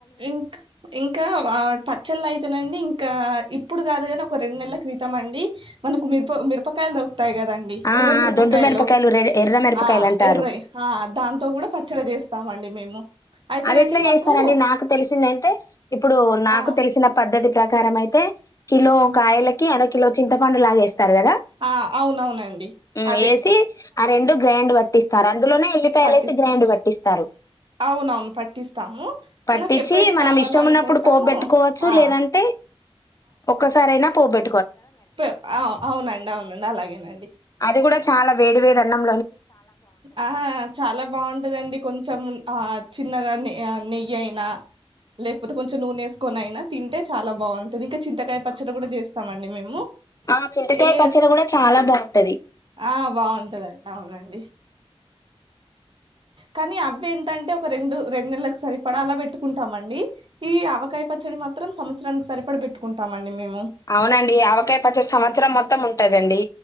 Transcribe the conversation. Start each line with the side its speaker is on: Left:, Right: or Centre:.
Right: ఇంక్ ఇంకా వా పచ్చళ్లైతెనండీ ఇంకా ఇప్పుడు కాదుగాని ఒక రెండునెల్ల క్రితం అండీ మనకు మిరప మిరపకాయలు దొరుకుతాయి కదండి
Left: ఆ
Right: ఎర్ర
Left: ఆ
Right: మిరపకాయలు
Left: దొడ్డు రెడ్ ఎర్ర మిరపకాయలు
Right: ఆ
Left: అంటారు.
Right: ఎర్రయి ఆ దాంతో గూడా పచ్చడి చె స్తావండి మేము అయితేనండి
Left: అదెట్లా చేస్తారండి
Right: మాకు
Left: నాకు తెలిసిందేంటే, ఇప్పుడూ నాకు
Right: ఆ
Left: తెలిసిన పద్ధతి ప్రకారమైతే కిలో
Right: ఆ
Left: కాయలకి అరకిలో చింతపండులాగేస్తారు గదా
Right: ఆ అవునవునండి
Left: మ్
Right: అదే
Left: ఏసీ ఆ రెండు గ్రైండ్ పట్టిస్తారు అందులోనే ఎల్లిపాయలేసి
Right: పట్టిస్తాం
Left: గ్రైండ్ పట్టి ఇస్తారు
Right: అవునవును పట్టిస్తాము
Left: పట్టిచ్చీ
Right: మనకు ఎప్పుడైతే
Left: మనం
Right: కావాల
Left: ఇష్టం
Right: అనుకుంటామో
Left: ఉన్నప్పుడు పోప్బెట్టుకోవచ్చు
Right: ఆ
Left: లేదంటే ఒక్కసారైనా పోప్బె
Right: ప్ ఆ అవునండవునండి అలాగేన
Left: అదికూడా చాలా వేడి వేడి అన్నం
Right: ఆహా చాలా బావుంటదండి కొంచెం ఆ చిన్నగా నె ఆ నెయ్యి అయినా లేకపోతే కొంచెం నూనేస్కొనైనా తింటే చాలా బావుంటది ఇంకా చింతకాయ పచ్చడి కూడా చేస్తామండి మేము
Left: ఆ చింతకాయ
Right: ఏ
Left: పచ్చడి కూడా చాలా బాగుంటది
Right: ఆ బావుంటది అవునండి. కానీ అవ్వేటంటే ఒక రెండు రెండ్నెల్లకి సరిపడా అలా పెట్టుకుంటామండీ, ఈ అ అవకాయ పచ్చడి మాత్రం సంత్సరానికి సరిపడ పెట్టుకుంటామండి మేం
Left: ఆవునండీ ఆవకాయ పచ్చడి సంవత్సరం మొత్తం ఉంటదండీ,